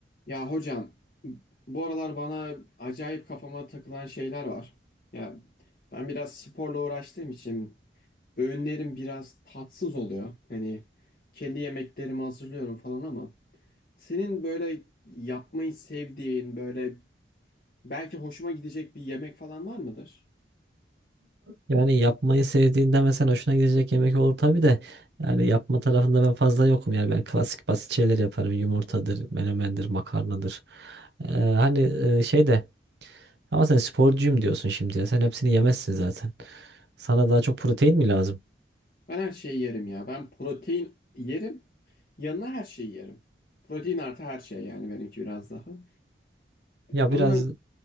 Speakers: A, on the left; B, on the right.
A: Ya hocam bu aralar bana acayip kafama takılan şeyler var. Ya ben biraz sporla uğraştığım için öğünlerim biraz tatsız oluyor. Hani kendi yemeklerimi hazırlıyorum falan ama senin böyle yapmayı sevdiğin böyle belki hoşuma gidecek bir yemek falan var mıdır?
B: Yani yapmayı sevdiğinde mesela hoşuna gidecek yemek olur tabii de yani yapma tarafında ben fazla yokum. Yani ben klasik basit şeyler yaparım. Yumurtadır, menemendir, makarnadır. Ee, hani e, şey de ama sen sporcuyum diyorsun şimdi ya. Sen hepsini yemezsin zaten. Sana daha çok protein mi lazım?
A: Ben her şeyi yerim ya. Ben protein yerim. Yanına her şeyi yerim. Protein artı her şey yani benimki biraz daha.
B: Ya
A: Ama
B: biraz